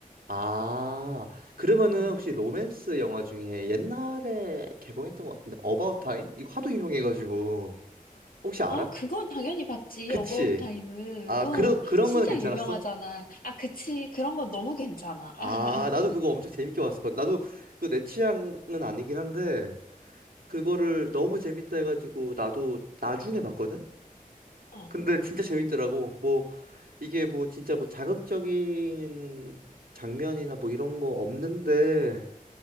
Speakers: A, on the right; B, on the left.
A: 아, 그러면은
B: 음.
A: 혹시 로맨스 영화 중에 옛날에 개봉했던 것 같은데 어바웃 타임? 이거 하도 유명해가지고 혹시 알아?
B: 아, 그건 당연히 봤지.
A: 그치?
B: 어바웃 타임은.
A: 아,
B: 응,
A: 그런 그런
B: 진짜
A: 거는 괜찮았어?
B: 유명하잖아. 아, 그치. 그런 건 너무 괜찮아.
A: 아,
B: <laughs>
A: 나도 그거 엄청 재밌게 봤었거든. 나도 그 내 취향은 아니긴 한데 그거를 너무 재밌다 해가지고 나도 나중에 봤거든?
B: 어,
A: 근데 진짜 재밌더라고. 뭐 이게 뭐 진짜 뭐 자극적인 장면이나 뭐 이런 거 없는데